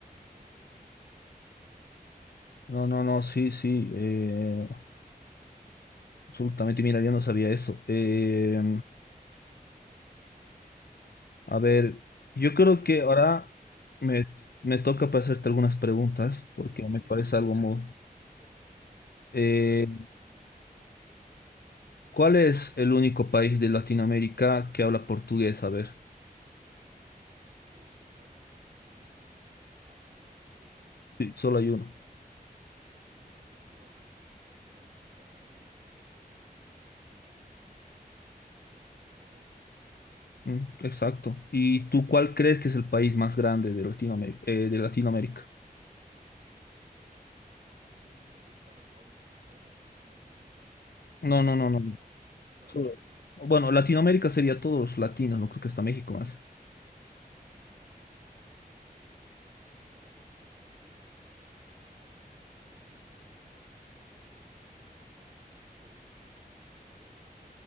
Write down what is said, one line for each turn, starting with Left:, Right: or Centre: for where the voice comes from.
Right: por ese deporte.
Left: No, no, no, sí, sí. eh, Absolutamente, mira, yo no sabía eso. Eh, a ver, yo creo
Right: Ya,
Left: que
Right: sigo.
Left: ahora
Right: Sí,
Left: me,
Right: sí.
Left: me toca para hacerte algunas preguntas, porque
Right: Sí, sí,
Left: me
Right: sí,
Left: parece
Right: sí, te-
Left: algo muy...
Right: sí, sí, te espero.
Left: Eh,
Right: <clears throat>
Left: ¿cuál es el único país de Latinoamérica que habla portugués? A ver,
Right: El único país de Latinoamérica que habla portugués
Left: sí, solo hay uno.
Right: eh, sería, eh, solamente sería Brasil, ¿no? Que es el único que, que difiere de la, del, del español.
Left: Mm, exacto. ¿Y tú cuál crees que es el país más grande de Latinoamérica? de Latinoamérica?
Right: Y estamos ahorita, no estamos contemplando Centroamérica, ¿no?
Left: No,
Right: O Norteamérica
Left: no, no, no. no.
Right: también. Claramente,
Left: Solo- Bueno, Latinoamérica sería todos los latinos, no creo que hasta México más.
Right: ya, y tendría que ser Brasil, es, creo que es la más grande en extensión de, de, de por acá cerca, ¿no? No sé si estoy en lo correcto o estoy equivocado.